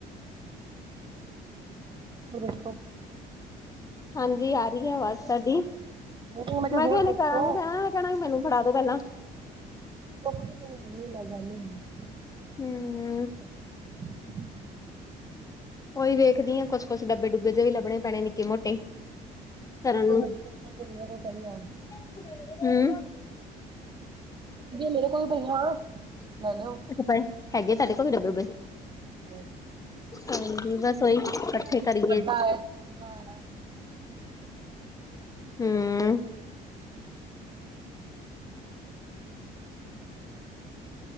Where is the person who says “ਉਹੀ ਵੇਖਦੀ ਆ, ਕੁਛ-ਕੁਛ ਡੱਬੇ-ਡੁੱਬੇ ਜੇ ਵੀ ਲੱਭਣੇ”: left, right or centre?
Left